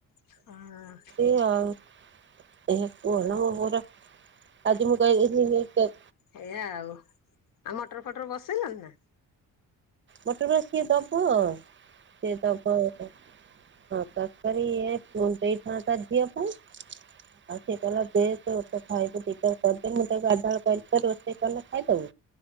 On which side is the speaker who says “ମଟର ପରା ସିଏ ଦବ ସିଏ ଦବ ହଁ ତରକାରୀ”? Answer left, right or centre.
Right